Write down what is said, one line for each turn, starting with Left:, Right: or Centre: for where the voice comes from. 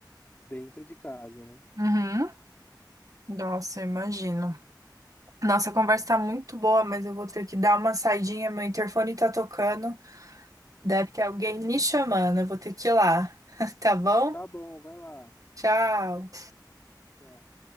Left: dentro de casa, né?
Right: Uhum. Nossa, eu imagino. Nossa, a conversa tá muito boa, mas eu vou ter que dar uma saidinha. Meu interfone tá tocando. Deve ter alguém me chamando. Eu vou ter que ir lá. <laughs> Tá bom?
Left: Tá bom, vai lá.
Right: Tchau.
Left: Tchau.